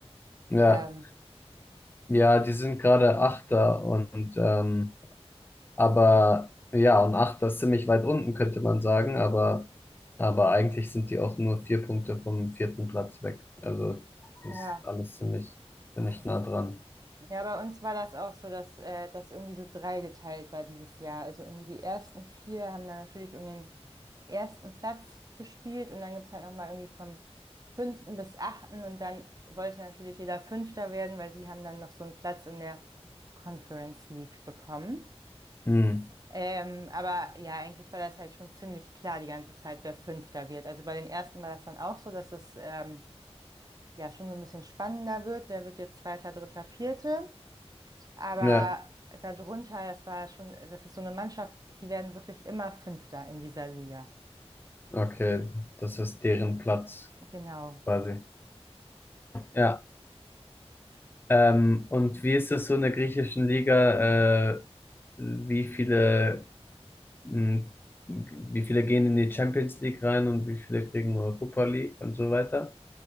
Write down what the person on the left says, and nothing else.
Ja,
ja, die sind gerade Achter und ähm, Aber ja, und Achter ist ziemlich weit unten, könnte man sagen, aber, aber eigentlich sind die auch nur vier Punkte vom vierten Platz weg. Also das ist
alles ziemlich, ziemlich nah dran.
Hm.
Ja,
okay, das ist deren Platz
quasi. Ja, ähm, und wie ist das so in der griechischen Liga? Äh, wie viele, hm, wie viele gehen in die Champions League rein und wie viele kriegen Europa League und so weiter?